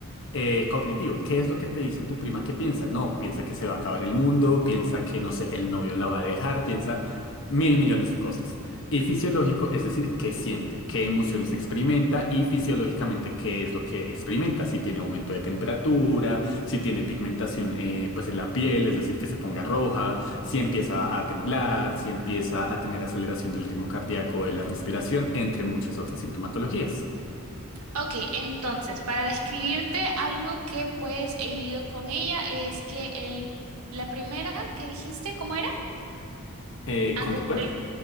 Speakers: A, on the left (about 60°); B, on the right (about 85°).
A: Eh, cognitivo, ¿qué es lo que te dice tu prima que piensa? No, piensa que se va a acabar el mundo, piensa que, no sé, el novio la va a dejar, piensa mil millones de cosas. Y fisiológico, es decir, qué siente, qué emociones experimenta y fisiológicamente qué es lo que experimenta, si tiene aumento de temperatura, si tiene pigmentación eh, pues en la piel, es decir, que se ponga roja, si empieza a temblar, si empieza a tener aceleración del ritmo cardíaco, de la respiración, entre muchas otras sintomatologías.
B: Ok, entonces, para describirte algo que pues he vivido con ella es que el, la primera que dijiste, ¿cómo era?
A: Eh,
B: Antes
A: ¿conductual?
B: del